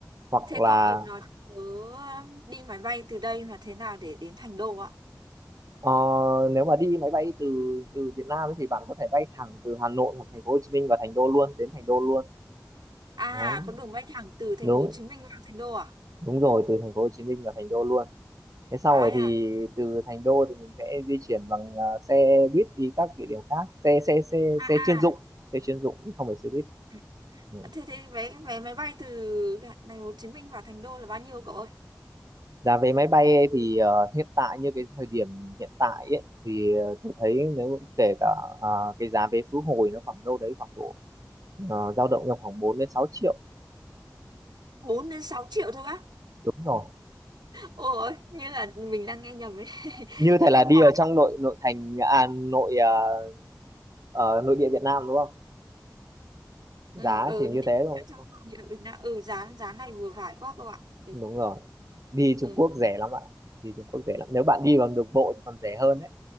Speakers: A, on the right; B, on the right.
A: hoặc
B: Thế
A: là
B: cậu cậu nói nhớ um, đi máy bay từ đây mà thế nào để đến Thành Đô ạ?
A: ờ, nếu mà đi máy bay từ từ Việt Nam ấy thì bạn có thể bay thẳng từ Hà Nội hoặc thành phố Hồ Chí Minh và thành đô luôn đến thành đô luôn
B: À
A: Đấy,
B: có đường bay thẳng từ thành
A: đúng
B: phố Hồ Chí Minh vào Thành Đô à?
A: Đúng rồi, từ thành phố Hồ Chí Minh vào thành đô luôn. Thế sau
B: Ai
A: rồi thì
B: à?
A: từ thành đô thì mình sẽ di chuyển bằng à, xe buýt đi các địa điểm khác, xe xe xe
B: À
A: xe chuyên
B: à.
A: dụng, xe chuyên dụng không phải xe buýt.
B: Ừ.
A: Ừ.
B: Thế thế vé vé máy bay từ thành phố Hồ Chí Minh vào Thành Đô là bao nhiêu cậu ơi?
A: Giá vé máy bay ấy thì ờ, hiện tại như cái thời điểm hiện tại ấy thì ờ, tôi thấy nếu kể cả à, cái giá vé khứ hồi nó khoảng đâu đấy khoảng độ ờ, dao động trong khoảng 4 đến 6 triệu.
B: bốn đến 6 triệu thôi bác.
A: Đúng rồi.
B: Ôi, như là mình đang nghe nhầm ấy. <laughs>
A: Như
B: Đi
A: thể là
B: nước
A: đi
B: ngoài
A: ở trong nội nội thành à nội ờ, ờ, nội địa Việt Nam đúng không? Giá
B: ừ ừ
A: chỉ
B: nên
A: như thế thôi.
B: ở trong ừ, đã- ừ giá giá này vừa phải quá các bạn ừ
A: đúng rồi đi Trung
B: ừ
A: Quốc rẻ lắm ạ đi Trung Quốc rẻ lắm nếu bạn đi bằng đường bộ thì còn rẻ hơn đấy